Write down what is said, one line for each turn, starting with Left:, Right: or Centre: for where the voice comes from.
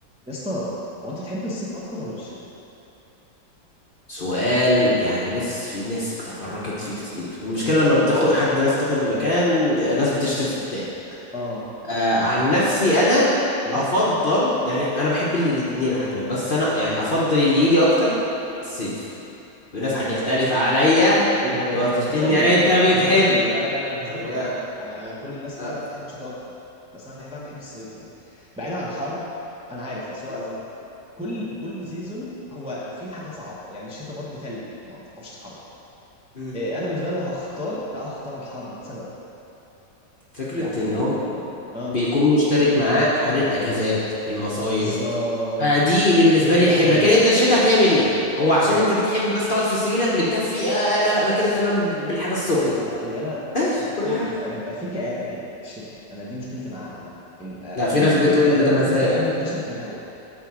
Centre: يا اسطى هو انت بتحب الصيف اكتر ولا الشتاء
Left: سؤال يعني بص في ناس تفرقت فيه كتير والمشكلة لما بتاخد حد ناس تاخد مكان آه، ناس بتشتم في التاني
Centre: اه
Left: آه عن نفسي أنا
Centre: ايوه
Left: أفضل يعني أنا بحب الاتنين لحد ما بس أنا يعني أفضل اللي يجي أكتر الصيف الناس
Centre: ايه
Left: هتختلف
Centre: ده
Left: عليا
Centre: ايه ده ايه
Left: تقعد
Centre: ده
Left: تشتمني
Centre: انت زيي
Left: يعني أنت بتحب
Centre: انت زيي لا لا لا لا، انت زيي
Left: طب
Centre: والله
Left: آه
Centre: يعني انا كل الناس فعلا
Left: آه
Centre: بتحب الشتاء اكتر بس انا بحب انا بحب الصيف يعني بعيدا عن الحر انا عارف بس هو
Left: لو-
Centre: كل كل سيزون هو في حاجه صعبه يعني الشتاء برضو تلج ما هو انت ما بتعرفش تتحرك
Left: مم.
Centre: إيه انا بالنسبه لي لو هختار لا هختار الحر لسبب
Left: فكرة
Centre: يعني
Left: إن هو
Centre: اه
Left: بيكون مشترك معاه حر الأجازات المصايف
Centre: بالظبط
Left: آه، دي بالنسبه
Centre: الفكره
Left: لي
Centre: دي
Left: الحلوه
Centre: اكبر ميزه
Left: لكن انت الشتاء هتعمل ايه هو عشان
Centre: بالظبط
Left: انت بتحب بس تقعد في سريرك متدفي آه انا انا كده تمام بالحاجه السخنه
Centre: لا ويلا
Left: ماشي
Centre: في
Left: كل
Centre: في
Left: حاجه
Centre: بيبقى بيبقى في كآبة كده في الشتاء انا دي مشكلتي معاه عامة ان يبقى
Left: لا
Centre: في
Left: في ناس بتقول
Centre: في اكتئاب
Left: ده مزاج
Centre: في اكتئاب منتشر في الهواء